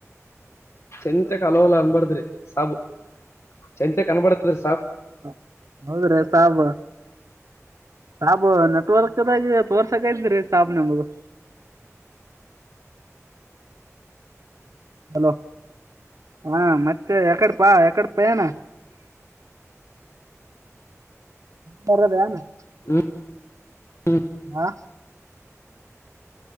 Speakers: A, on the left; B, on the right.
A: ಚಂತೆಕ್ ಹಲಲ ಅನ್ಬಾರ್ದ್ರಿ ಸಾಬು ಚಂತೆಕ್ ಅನ್ಬಡ್ದ್ರಿ
B: ಹ ಹೌದ್ರೆ ಸಾವು ಸಾಬ ನೆಟ್ವರ್ಕ್ದಾಗಿ ತೋರ್ಸಕೈತ್ರಿ ಸಾಬ ನಮಗ ಹ ಹಲೋ ಹಾ ಮತ್ತೆ ಯಕಡ್ ಪ ಯಕಡ ಪಯನ ದ ಬನು <unintelligible>
A: ಹ್ಮ್
B: ಆ